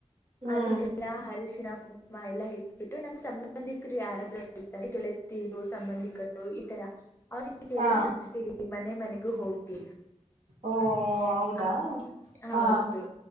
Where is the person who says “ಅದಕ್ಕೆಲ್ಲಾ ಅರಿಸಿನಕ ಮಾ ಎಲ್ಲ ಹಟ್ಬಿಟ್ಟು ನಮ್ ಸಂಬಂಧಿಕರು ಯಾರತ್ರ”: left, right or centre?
Left